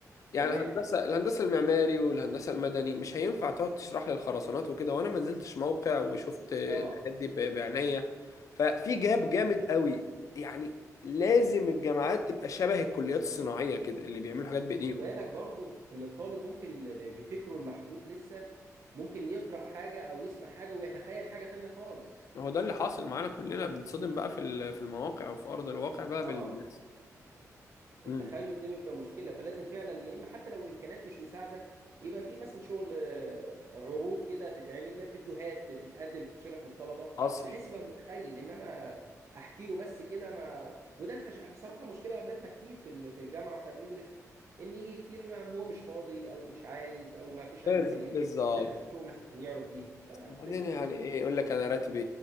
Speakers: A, on the left (about 60°); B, on the right (about 55°).
A: يعني
B: تمام
A: الهندسه الهندسه المعماري والهندسه المدني مش هينفع تقعد تشرح لي الخرسانات وكده وانا ما نزلتش موقع وشفت الحاجات
B: اه
A: دي ب- بعناية ففي جاب جامد
B: أيوه.
A: قوي يعني لازم الجامعات تبقى شبه الكليات الصناعيه كده اللي بيعملوا حاجات بايديهم
B: خد بالك برضو ان الطالب ممكن ب- بفكره المحدود لسه ممكن يقرأ حاجة او يسمع حاجة ويتخيل حاجة تانية خالص
A: ما هو ده اللي حاصل معانا كلنا بنتصدم بقى في ال- في المواقع وفي ارض الواقع بقى
B: اه
A: باللي بيحصل امم
B: التخيل ده بيبقى مشكله فلازم فعلا يا اما حتى لو الامكانيات مش مساعده يبقى في مثلا شغل آه، عروض كده تتعمل لا فيديوهات تتقدم تتشرح للطلبه
A: حصل
B: بحيث يبقى متخيل انما احكي له بس كده ما وده الحش... بصراحه مشكله قابلتنا كتير في ال- في الجامعه واحنا بندرس ان يجي كتير ما هو مش فاضي او مش عايز او ما فيش
A: بز-
B: امكانيات
A: بالظبط
B: مش داتا شو مثلا يعرض بيها فتلاقيه
A: بعدين يعني ايه يقول لك انا راتبي